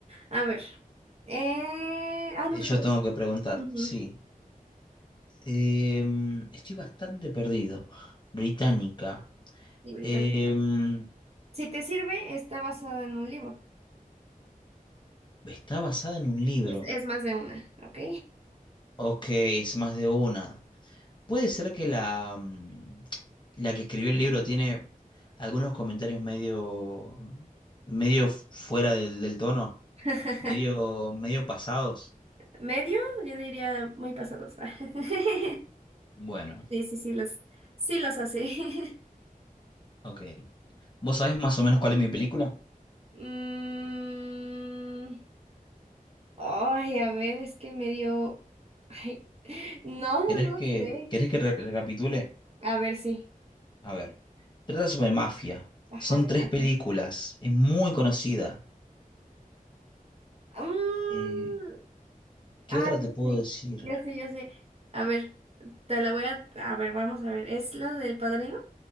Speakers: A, on the right; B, on the left.
A: A ver. Eh, Ah, no
B: Eh,
A: te
B: Yo
A: toca.
B: tengo que preguntar,
A: Ujú.
B: sí. Em, estoy bastante perdido. Británica.
A: Sí, británica.
B: Em,
A: Si te sirve, está basada en un libro.
B: está basada en un libro.
A: Es, es más de una, ¿ok?
B: Ok, es más de una. Puede ser que la, mm, la que escribió el libro tiene algunos comentarios medio, medio fuera del, del tono,
A: <laughs>
B: medio, medio pasados.
A: Medio, yo diría muy pasados. <laughs>
B: Bueno,
A: Sí, sí, sí, los, sí los hace. <laughs>
B: ok. ¿Vos sabés más o menos cuál es mi película?
A: Mm, Ay, a ver, es que me dio... Ay, <laughs> no,
B: ¿Querés
A: no
B: que,
A: sé.
B: querés que re- recapitule?
A: A ver, sí.
B: A ver, trata sobre mafia.
A: Ajá,
B: Son
A: de
B: tres
A: abajo.
B: películas. Es muy conocida.
A: Mm,
B: Eh, ¿qué
A: ay,
B: otra
A: ya
B: te puedo
A: sé,
B: decir?
A: ya sé, ya sé. A ver, te la voy a... A ver, vamos a ver. ¿Es la del padrino?